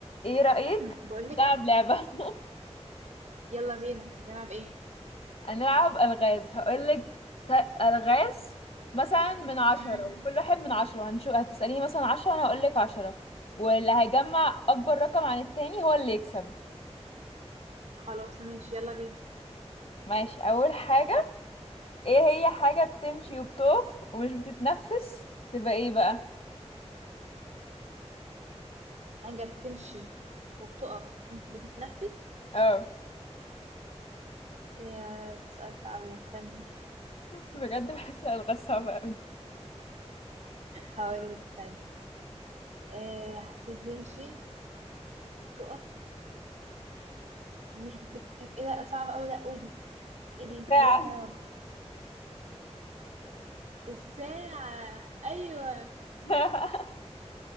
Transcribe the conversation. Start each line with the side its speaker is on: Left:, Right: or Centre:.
Left: ايه رأيك
Right: <clears throat> بقولك
Left: نلعب لعبة <laughs>
Right: يلا بينا هنلعب ايه
Left: هنلعب ألغاز هقولك ت- ألغاز مثلا من عشرة
Right: امم
Left: وكل واحد من عشرة هنشوف هتسأليني مثلا عشرة أنا هقولك عشرة واللي هيجمع أكبر رقم عن التاني هو اللي يكسب
Right: خلاص ماشي يلا بينا
Left: ماشي أول حاجة ايه هي حاجة بتمشي وبتقف ومش بتتنفس تبقى ايه بقى
Right: حاجة بتمشي وبتقف ومش بتتنفس
Left: اه
Right: إيه يا سؤال صعب ده استنى <laughs>
Left: <laughs> بجد بحس الألغاز صعبة أوي
Right: هقولك استنى آه بتمشي وبتقف ومش بتت ايه ده صعب اوي لا قولي ايه دي
Left: ساعة
Right: هروح عمري الساعة ايوه
Left: <laughs>